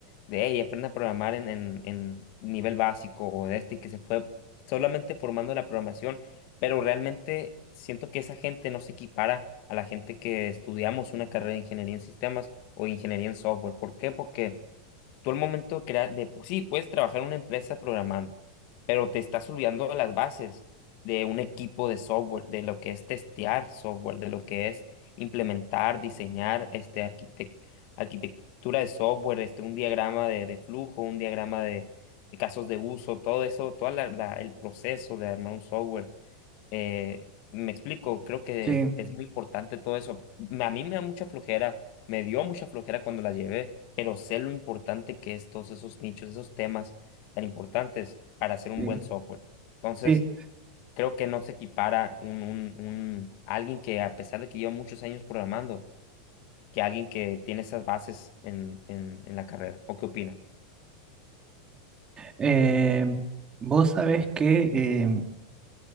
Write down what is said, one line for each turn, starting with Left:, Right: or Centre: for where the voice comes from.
Left: de, hey, aprende a programar en, en, en nivel básico o de este, y que se fue solamente formando la programación pero realmente siento que esa gente no se equipara a la gente que estudiamos una carrera de ingeniería en sistemas o ingeniería en software. ¿Por qué? Porque Tú al momento de crear, de, pues sí, puedes trabajar en una empresa programando, pero te estás olvidando de las bases de un equipo de software, de lo que es testear software, de lo que es implementar, diseñar, este, arquitec- arquitectura de software, este, un diagrama de, de flujo, un diagrama de, de casos de uso, todo eso, todo el proceso de armar un software. Eh, me explico, creo que
Right: sí,
Left: es muy importante todo eso. Me- A mí me da mucha flojera me dio mucha flojera cuando la llevé, pero sé lo importante que es todos esos nichos, esos temas tan importantes para hacer un
Right: sí,
Left: buen software. Entonces,
Right: sí.
Left: creo que no se equipara un, un, un- alguien que, a pesar de que lleva muchos años programando, que alguien que tiene esas bases en, en, en la carrera. ¿O qué opina?
Right: Eh, vos sabés que em,